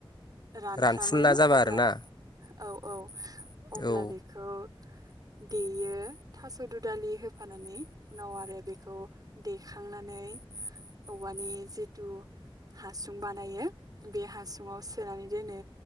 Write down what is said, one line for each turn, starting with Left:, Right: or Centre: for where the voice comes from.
Right: रानफ्रामो
Left: रानफुनला जाबा
Right: अब्ला
Left: आरोना?
Right: औ औ अब्ला
Left: औ
Right: बेखौ देयो थास' दु दालि होफानानै उनाव आरो बेखौ देखांनानै औवानि जिथु हासुं बानायो बे हासुङाव सो नानै दोनो